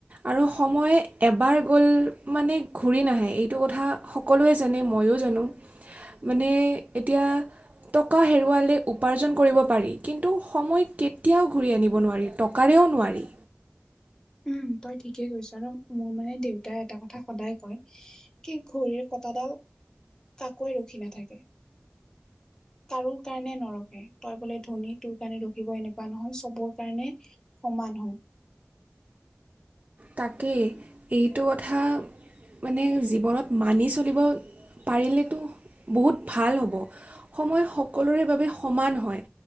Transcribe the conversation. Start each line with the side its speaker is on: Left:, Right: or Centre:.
Right: আৰু সময় এবাৰ গ'ল মানে ঘূৰি নাহে এইটো কথা স সকলোৱে জানে ময়ো জানো মানে এতিয়া টকা হেৰুৱালে উপাৰ্জন কৰিব পাৰি কিন্তু সময় কেতিয়াও ঘূৰি আনিব নোৱাৰি টকাৰেও নোৱাৰি
Left: উম তই ঠিকেই কৈছ ন‌ মোৰ মানে দেউতাই এটা কথা সদায় কয় কি ঘড়ীৰ কটাডাল কাকোৱে ৰখি নাথাকে কাৰো কাৰণে নৰখে তই বোলে ধনী তোৰ কাৰণে ৰখিব এনেকুৱা নহয় চবৰ কাৰণে সমান হয়
Right: তাকেই এইটো কথা মানে জীৱনত মানি চলিব পাৰিলেতো বহুত ভাল হ'ব সময় সকলোৰে বাবে সমান হয়